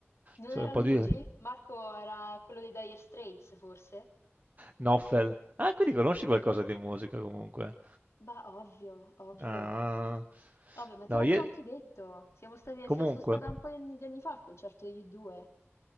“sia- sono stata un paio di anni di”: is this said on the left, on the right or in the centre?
Left